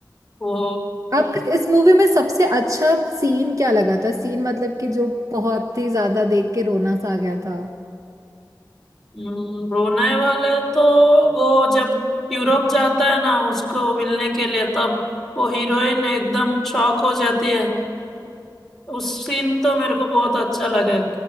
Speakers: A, in the centre; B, on the right.
A: वो
B: आपको इस मूवी में सबसे अच्छा सीन क्या लगा था सीन मतलब कि जो बहुत ही ज्यादा देख के रोना सा आ गया था
A: हम्म, ब्रुनई वाले तो वो जब यूरोप जाता है ना उसको मिलने के लिए तब वो हीरोइन एकदम शॉक हो जाती है उस सीन तो मेरे को बहुत अच्छा लगे